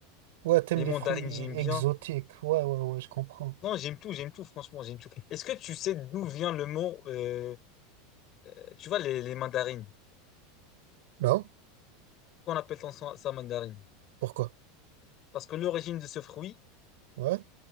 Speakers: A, on the right; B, on the left.
A: Ouais, t'aimes
B: Les
A: les
B: mandarines,
A: fruits
B: j'aime
A: exotiques.
B: bien.
A: Ouais, ouais, ouais, je comprends.
B: Non, j'aime tout, j'aime tout, franchement, j'aime tout. Est-ce que tu sais d'où vient le mot, euh, euh, tu vois, les, les mandarines?
A: Non?
B: Pourquoi on appelle ça, ça mandarine?
A: Pourquoi?
B: Parce que l'origine de ce fruit,
A: Ouais.